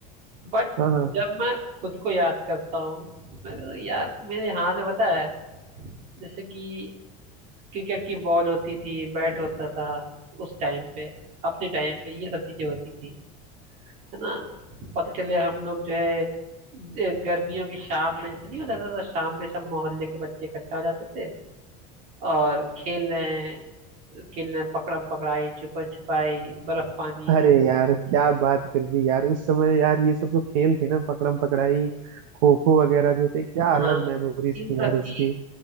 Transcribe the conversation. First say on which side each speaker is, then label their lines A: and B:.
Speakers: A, on the right; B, on the right.
A: बट
B: हाँ हाँ।
A: जब मैं खुद को याद करता हूँ मैं कहता हूँ, यार मेरे हाथ में पता है जैसे कि क्रिकेट की बॉल होती थी बैट होता था उस टाइम पे अपने टाइम पे ये सब चीजें होती थी है ना पता चले हम लोग जो है ए, गर्मियों की शाम में ऐसा नहीं होता था तो शाम में सब मोहल्ले के बच्चे इकट्ठा हो जाते थे और खेल रहे हैं खेल रहे हैं पकड़म पकड़ाई छुपन छुपाई बर्फ पानी
B: अरे यार क्या बात कर दी यार उस समय यार ये सब जो खेल थे ना पकड़म पकड़ाई खो खो वगैरह जो थे क्या अलग
A: हाँ
B: मेमोरीज
A: इन
B: थी
A: सब
B: यार उसकी
A: की